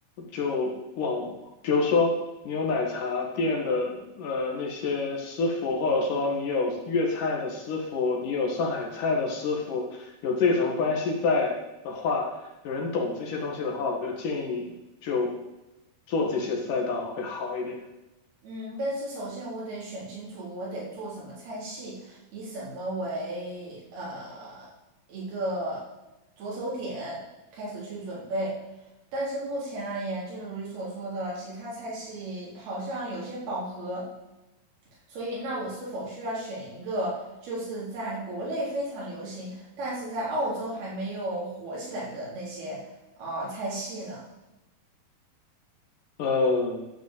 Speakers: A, on the left; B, on the right.
A: 就。往。比如说你有奶茶店的呃那些师傅，或者说你有粤菜的师傅，你有上海菜的师傅，有这层关系在的话，有人懂这些东西的话，我就建议你就做这些赛道会好一点。
B: 嗯，但是首先我得选清楚我得做什么菜系，以什么为呃一个着手点开始去准备。但是目前而言，就如你所说的，其他菜系好像有些饱和，所以那我是否需要选一个就是在国内非常流行，但是在澳洲还没有火起来的那些啊、呃菜系呢？
A: 呃，